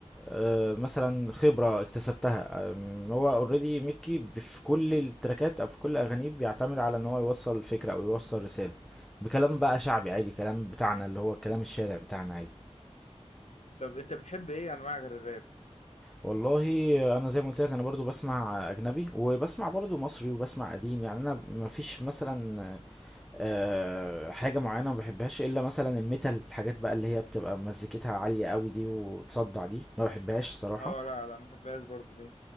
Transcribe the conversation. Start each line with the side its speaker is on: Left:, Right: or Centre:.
Centre: آه، مثلا خبرة اكتسبتها آم، هو اوريدي ميكي ب- في كل التراكات او في كل اغانيه بيعتمد على ان هو يوصل فكرة او يوصل رسالة بكلام بقى شعبي عادي كلام بتاعنا اللي هو كلام الشارع بتاعنا عادي
Left: طب انت بتحب ايه انواع غير الراب
Centre: والله آه، انا زي ما قلت لك انا برضو بسمع اجنبي وبسمع برضو مصري وبسمع قديم يعني انا مفيش مثلا آه، حاجة معينة ما بحبهاش الا مثلا الميتال الحاجات بقى اللي هي بتبقى مزيكتها عالية قوي دي وتصدع دي ما بحبهاش الصراحة
Left: اه لا لا ما بحبهاش برضه دي